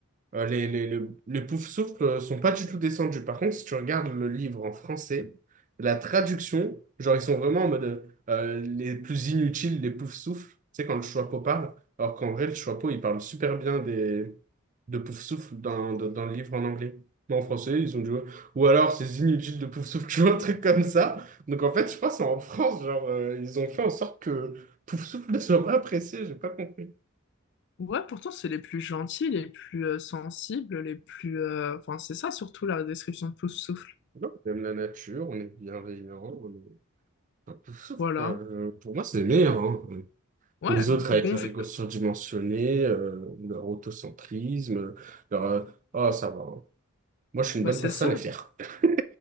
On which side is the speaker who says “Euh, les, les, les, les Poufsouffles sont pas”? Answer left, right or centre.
Right